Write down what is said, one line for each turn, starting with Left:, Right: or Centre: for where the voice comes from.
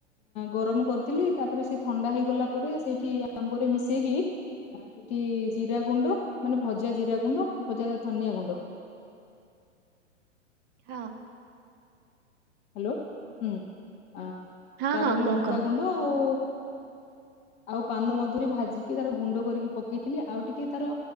Left: ଗରମ କରିଥିଲି ତାପରେ ସେ ଥଣ୍ଡା ହେଇଗଲା ପରେ ସେଇଠି ଆମ୍ବରେ ମିଶେଇକି ଆ ସେଠି ଜିରା ଗୁଣ୍ଡ ମାନେ ଭଜା ଜିରା ଗୁଣ୍ଡ ଭଜା ଧନିଆ ଗୁଣ୍ଡ
Right: ହଁ।
Left: ହ୍ୟାଲୋ ହୁଁ
Right: ହଁ
Left: ତାପରେ
Right: ହଁ
Left: ଲଙ୍କାାଗୁଣ୍ଡ
Right: କୁହ କୁହ।
Left: ଆଉ ଆଉ ପାନ ମଧୁରି ଭାଜିକି ତାର ଗୁଣ୍ଡ କରିକି ପକେଇଥିଲି ଆଉ ଟିକେ ତାର